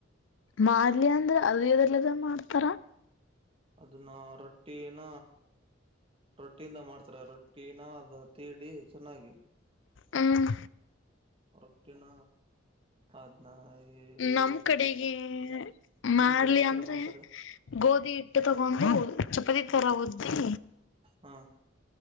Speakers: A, on the left; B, on the right.
A: ಮಾರ್ಲಿ ಅಂದ್ರೆ ಅದು ಇದೆಲ್ಲದ ಮಾಡ್ತಾರಾ.
B: ಅದನ್ನ ರೊಟ್ಟಿನ. ರೊಟ್ಟಿಯಿಂದ ಮಾಡ್ತಾರೆ ರೊಟ್ಟಿನ ಅದು ತೀಡಿ ಚೆನ್ನಾಗಿ.
A: ಹ್ಮ್
B: ರೊಟ್ಟಿನ. ಅದ್ನ್ನ ಈ
A: ನಮ್ ಕಡೆಗೆ
B: ನಿಮ್
A: ಮಾಡ್ಲಿ
B: ಕಡೆ ಯಾವತರ
A: ಅಂದ್ರೆ
B: ಮಾಡ್ತಾರೆ.
A: ಗೋಧಿ ಹಿಟ್ಟು ತಗೊಂಡು ಚಪಾತಿ ತರ ಉದ್ದಿ
B: ಹಾ